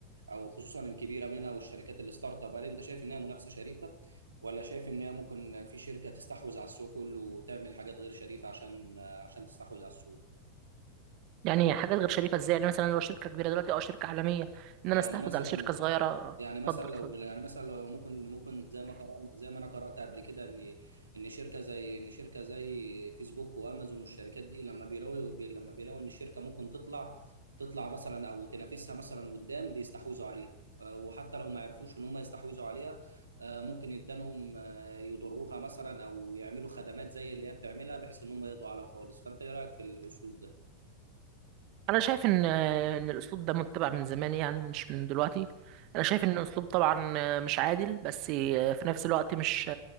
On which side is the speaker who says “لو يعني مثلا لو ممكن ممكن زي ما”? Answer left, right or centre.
Right